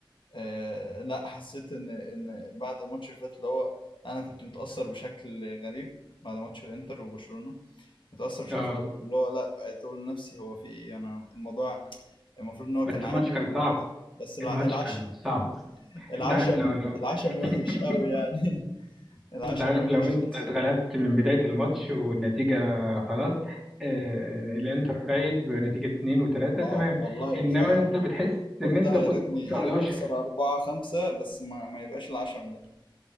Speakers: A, on the left; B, in the centre.
A: آه لا حسيت ان ان بعد الماتش اللي فات اللي هو انا كنت متاثر بشكل غريب بعد ماتش الانتر وبرشلونه متاثر بشكل
B: أه
A: غريب اللي هو لا بقيت اقول لنفسي هو في ايه انا الموضوع المفروض ان هو
B: بس
A: كان عادي
B: الماتش كان
A: و...
B: صعب
A: بس الع...
B: الماتش
A: العش
B: كان صعب
A: <laughs> العشم
B: أنت عارف لو لو
A: العشم وحش
B: <laughs>
A: قوي يعني <laughs> العشم
B: انت عارف
A: وحش
B: لو انت
A: للاسف
B: اتغلبت من بداية الماتش والنتيجة خلاص آه، الانتر فايز بنتيجة اتنين وتلاتة
A: اه
B: تمام
A: والله
B: انما
A: قلتها
B: انت بتحس ان
A: قلتها
B: انت كنت
A: يا ريتني يا
B: على
A: ريتني
B: وشك
A: اخسر أربعة خمسة بس ما, ما يبقاش العشم ده